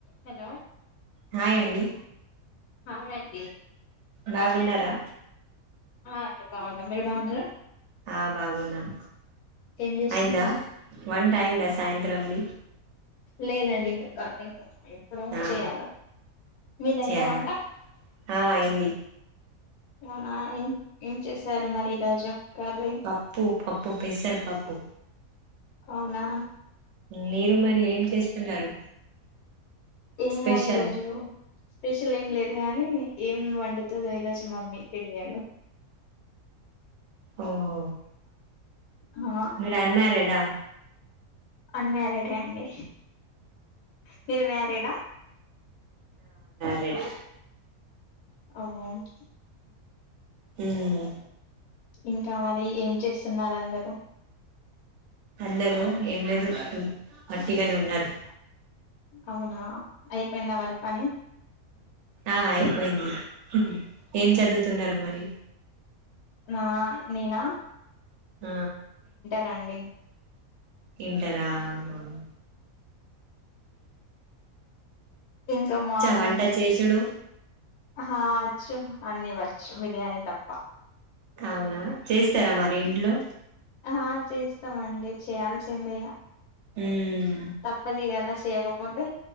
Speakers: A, on the left; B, on the right.
A: hello
B: hi అండి
A: హా అండి
B: బాగున్నారా
A: ఆ అండి బాగునం మీరు బాగున్నారు
B: ఆ బాగున్నాం
A: ఏం చేస్తుండ్రు
B: అయిందా వంట అయిందా సాయంత్రంది
A: లేదండి ఇంక కాలేదు ఇప్పుడు
B: ఆ
A: చేయాల మిది అయిందా
B: చేయారా
A: వంట
B: ఆ అయింది
A: అవునా ఏం ఏం చేశారు మరి ఈరోజు కర్రీ
B: పప్పు పప్పు పెసర్ పప్పు
A: అవునా
B: మీరు మరి ఏం చేస్తున్నారు
A: ఏమో
B: స్పెషల్
A: ఈరోజు స్పెషల్ ఏం లేదు కానీ ఏం వండుతుందొ ఈరోజు మామ్మి తెయదు
B: ఓహ
A: ఆ
B: మీరు అన్మారిడ్ ఆ
A: అన్మ్యారీడ్ ఏ అండి మీరు మ్యారీడా
B: రేట్
A: అవును
B: హ్మ్
A: ఇంకా మరి ఏం చేస్తున్నారు అందరూ
B: అందరూ ఏం లేదు వట్టిగానే ఉన్నారు
A: అవునా అయిపోయిందా మరి పని
B: ఆ అయిపోయింది ఏం చదువుతున్నారు మరి
A: ఆ నేనా
B: ఆ
A: రండి
B: ఇంటరా హ్మ్
A: ఇంకా మార్నింగ్
B: వంట చేసుడు
A: ఆ వచ్చు అన్నివ్వచ్చు బిర్యానీ తప్ప
B: అవునా చేస్తారా మరి ఇంట్లో
A: ఆ చేస్తామండి చేయాల్సిందగ
B: అమ్మ్
A: తప్పదిగాద చేయకపోతే